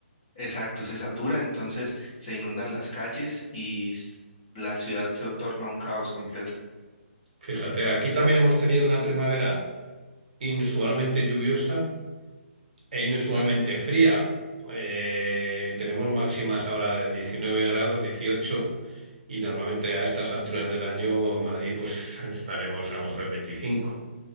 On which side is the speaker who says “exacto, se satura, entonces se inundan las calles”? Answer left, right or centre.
Left